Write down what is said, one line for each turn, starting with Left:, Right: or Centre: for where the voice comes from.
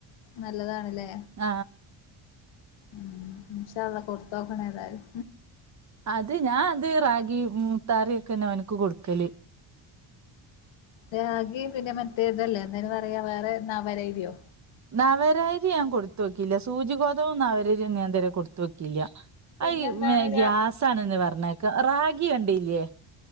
Left: നല്ലതാണല്ലേ
Right: ആ
Left: ഉം മാഷാ അല്ലാഹ് കൊട്ത്തോക്കണം ഏതായാലും
Right: അത് ഞാൻ അത് റാഗി മുത്താറി ക്കന്നെ അവനക്ക് കൊടുക്കല്
Left: റാഗിപിന്നെ മറ്റേ ഇതല്ലേ എന്തായിന് പറയാ വേറെ നവരഅരിയോ
Right: നവരരി ഞാൻ കൊടുത്ത് നോക്കീല്ല സൂചി ഗോതമ്പും നവരരിയും ഞാൻ ഇതുവരെ കൊടുത്ത് നോക്കീല്ല
Left: പിന്നെന്താണ്
Right: അയി
Left: രാ
Right: ഗ്യാസ് ആണെന്ന് പറഞ്ഞ റാഗി കണ്ടില്ലേ